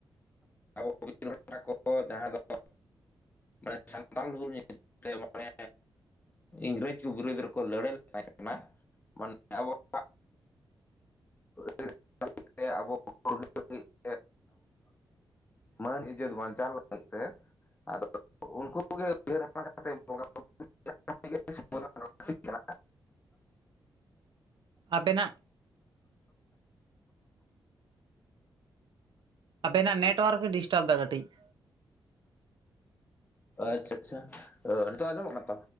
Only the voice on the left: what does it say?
ᱟᱵᱚ ᱯᱨᱳᱵᱤᱛᱨᱚ ᱠᱚᱲᱟ ᱠᱚ ᱡᱟᱸᱦᱟ ᱫᱚ ᱾ ᱢᱟᱱᱮ ᱥᱟᱱᱛᱟᱲ ᱦᱩᱞ ᱧᱩᱛᱩᱢ ᱛᱮ ᱢᱟᱱᱮ ᱤᱝᱨᱮᱡᱽ ᱠᱚ ᱵᱤᱨᱩᱫ ᱨᱮᱠᱚ ᱞᱟᱹᱲᱦᱟᱹᱭ ᱞᱮ ᱛᱟᱦᱮᱸ ᱠᱟᱱᱟ ᱢᱟᱱᱮ ᱟᱵᱚᱣᱟ <unintelligible> ᱫᱤᱠ ᱛᱮ ᱟᱵᱚ ᱾ <unintelligible> ᱢᱟᱹᱱ ᱤᱡᱛ ᱵᱟᱧᱪᱟᱣ ᱞᱟᱹᱜᱤᱫ ᱛᱮ ᱟᱫᱚ ᱩᱱᱠᱩᱮ ᱩᱭᱦᱟᱹᱨ <inaudible> ᱵᱩᱨᱩ ᱜᱮ ᱥᱚᱢᱚᱥᱥᱟ ᱠᱟᱱᱟ᱾
ᱟᱪᱪᱷᱟ ᱟᱪᱪᱷᱟ, ᱚ ᱱᱤᱛᱚᱜ ᱟᱸᱡᱚᱢᱚᱜ ᱠᱟᱱᱟ ᱛᱚ?